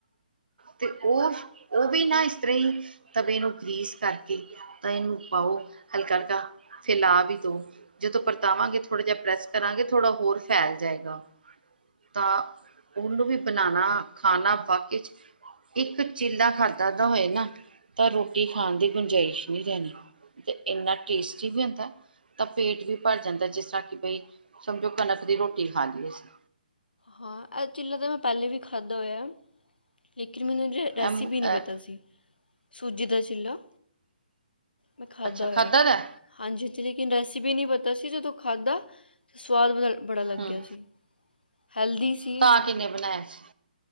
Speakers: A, on the right; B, on the left.
A: ਤੇ ਉਹ, ਉਹ ਵੀ ਨਾ ਇਸ ਤਰ੍ਹਾਂ ਹੀਂ, ਤਵੇ ਨੂੰ ਗ੍ਰੀਸ ਕਰਕੇ। ਤਾਂ ਇਹਨੂੰ ਪਾਓ, ਹਲਕਾ ਹਲਕਾ ਫੇਰ ਲਾ ਵੀ ਦੋ। ਜਦੋਂ ਪਰਤਾਵਾਂਗੇ, ਥੋੜ੍ਹਾ ਜਿਹਾ ਪ੍ਰੈਸ ਕਰਾਂਗੇ, ਥੋੜ੍ਹਾ ਹੋਰ ਫੈਲ ਜਾਏਗਾ। ਤਾਂ, ਉਹਨੂੰ ਵੀ ਬਨਾਨਾ ਖਾਣਾ ਵਾਕੇਚ। ਇੱਕ ਚਿੱਲਾ ਖਾਧਾ ਤਾ ਹੋਏ ਨਾ, ਤਾਂ ਰੋਟੀ ਖਾਣ ਦੀ ਗੁੰਜਾਇਸ਼ ਨੀ ਰਹਨੀ। ਤੇ ਇੰਨਾ ਟੇਸਟੀ ਵੀ ਹੁੰਦਾ। ਤਾਂ ਪੇਟ ਵੀ ਭਰ ਜਾਂਦਾ ਹੈ ਜਿਸ ਤਰ੍ਹਾਂ ਕਿ ਬਈ, ਸਮਝੋ ਕਣਕ ਦੀ ਰੋਟੀ ਖਾ ਲੀ ਅਸੀ।
B: ਹਾਂ, ਐ ਚਿੱਲਾ ਤਾਂ ਮੈਂ ਪਹਿਲੇ ਵੀ ਖਾਧਾ ਹੋਇਆ ਏ। ਲੇਕਿਨ ਮੀਨੂ ਰੇ ਰੈਸਿਪੀ
A: ਐਮ ਅ-
B: ਨਹੀਂ ਪਤਾ ਸੀ ਸੂਜੀ ਦਾ ਚਿੱਲਾ। ਮੈਂ ਖਾਧਾ
A: ਅੱਛਾ
B: ਹੋਇਆ ਏ।
A: ਦਾ
B: ਹਾਂਜੀ ਜੀ ਲੇਕਿਨ ਰੈਸਪੀ ਨਹੀਂ ਪਤਾ ਸੀ ਜਦੋਂ ਖਾਧਾ, ਸਵਾਦ ਬ ਬੜਾ ਲੱਗਿਆ
A: ਹੂੰ
B: ਸੀ। ਹੈਲਦੀ ਸੀ।
A: ਤਾਂ ਕਿੰਨੇ ਬਨਾਇਆ ਸੀ?